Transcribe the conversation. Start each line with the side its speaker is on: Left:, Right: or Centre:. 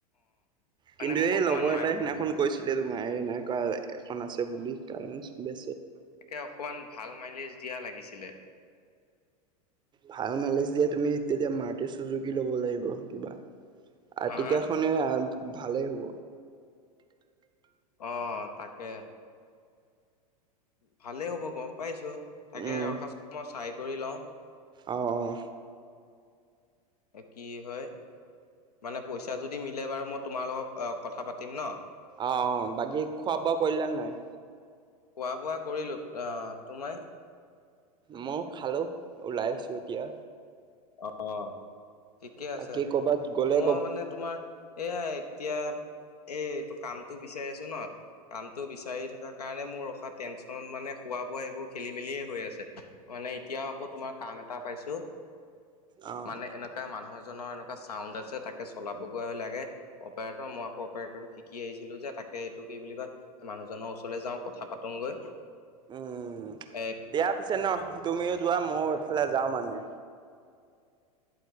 Left: মানে
Right: কিন্তু
Left: মোক
Right: এই
Left: অকমান
Right: লগৰ
Left: মা
Right: এটাৰ সিদিনাখন কৈছি তোমাৰ এনেকুৱা এখন আছে বুলি কাৰণ বে
Left: তাকে অকমান ভাল মাইলেজ দিয়া লাগিছিলে।
Right: ভাল মালেচ দিয়া তুমি তেতিয়া মাটিৰ চুজুকি ল'ব লাগিব কিবা আৰ্টিকাখনে
Left: হা হা
Right: ভালেই হ'ব
Left: অ তাকে ভালেই হ'ব গম পাইছো তাকে
Right: উম
Left: ৰখা মই চাই কৰি লওঁ
Right: অঁ অঁ
Left: কি হয় মানে পইচা যদি মিলে বাৰু মই তোমাৰ লগক কথা পাতিম ন।
Right: অ, অ, বাকী খোৱা বোৱা কৰিলানে নাই।
Left: খোৱা বোৱা কৰিলো অ তোমাৰ
Right: মই খালোঁ ওলাইছো এতিয়া
Left: অ'। ঠিকে আছে
Right: বাকী ক'বা। গ'লে
Left: মই মানে তোমাৰ এইয়া এতিয়া এই এইটো কামটো বিচাৰি আছো ন। কামটো বিচাৰি থকা কাৰণে মোৰ ৰখা টেনচন মানে খোৱা বোৱা এইবোৰ খেলি মেলিয়েই হৈ আছে। মানে এতিয়া আকৌ তোমাৰ কাম এটা পাইছো।
Right: অ
Left: মানে এনেকুৱা মানুহ আছ ন এনেকুৱা চাউন্ড আছে তাকে চলাবগৈ লাগে। অপাৰেটৰ মই আকৌ অপাৰেটৰটো শিকি আহিছিলো যে তাত এই এইটো কি বুলি কয় মানুহজনৰ ওচৰলৈ যাওঁ কথা পাতোগৈ
Right: উম
Left: এ
Right: দিয়া পিছে ন। তুমিও যোৱা মইও এইফালে যাওঁ মানে।